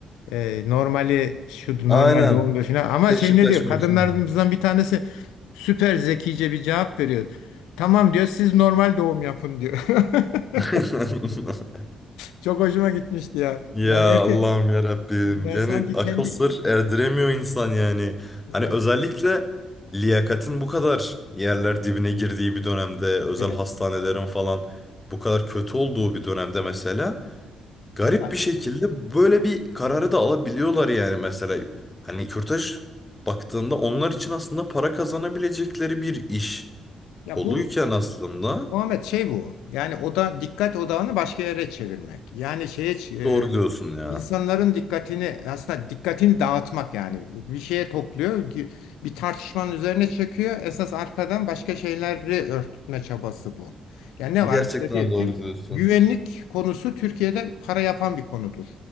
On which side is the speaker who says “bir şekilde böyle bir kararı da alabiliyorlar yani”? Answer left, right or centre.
Left